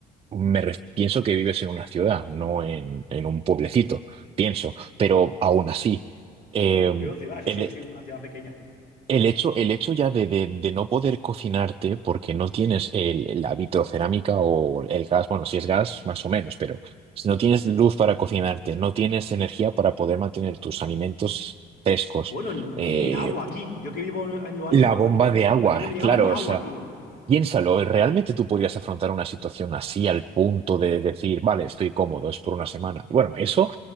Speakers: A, on the right (about 35°); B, on the left (about 65°).
A: me ref- pienso que vives en una ciudad, no en, en un pueblecito, pienso, pero aún así, eh,
B: Vivo en ciudad, sí,
A: el-
B: sí, yo soy una ciudad pequeña.
A: el hecho, el hecho ya de, de- de no poder cocinarte porque no tienes el, la vitrocerámica o el gas, bueno, si es gas, más o menos, pero si no tienes luz para cocinarte, no tienes energía para poder mantener tus alimentos frescos,
B: Bueno, n-
A: eh,
B: ni agua aquí. Yo que vivo en lo alto,
A: la bomba
B: a mí no me,
A: de agua,
B: a mí no me llegaba
A: claro,
B: ni
A: o
B: agua,
A: sea,
B: tío.
A: piénsalo, ¿realmente tú podrías afrontar una situación así al punto de decir, vale, estoy cómodo, es por una semana? Bueno, eso...